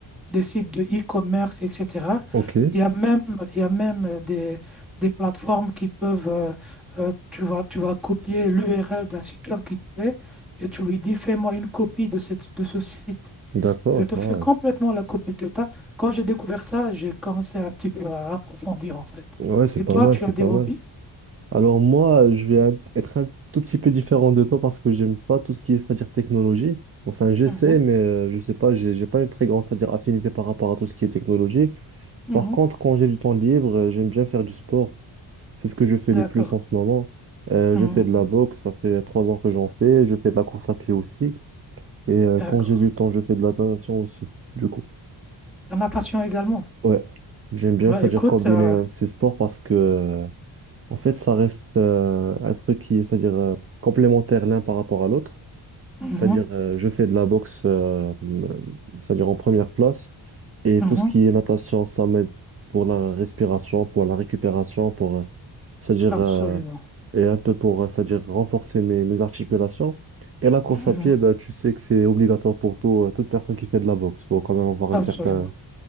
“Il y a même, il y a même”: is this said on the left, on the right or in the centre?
Centre